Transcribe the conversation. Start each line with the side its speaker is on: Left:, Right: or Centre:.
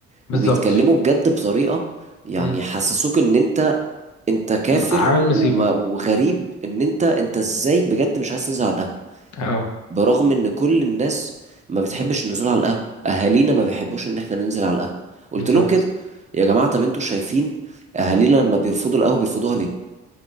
Left: بالظبط
Right: وبيتكلموا بجد بطريقه يعني
Left: مم،
Right: يحسسوك ان انت انت كافر
Left: عامل
Right: وما...
Left: مصيبة
Right: وغريب ان انت انت ازاي بجد مش عايز تنزل على القهوه
Left: اه
Right: برغم ان كل الناس ما بتحبش النزول على القهوه اهالينا ما بيحبوش ان احنا ننزل على القهوه قلت
Left: بالظبط
Right: لهم كده يا جماعه طب انتوا شايفين اهالينا لما بيرفضوا القهوه بيرفضوها ليه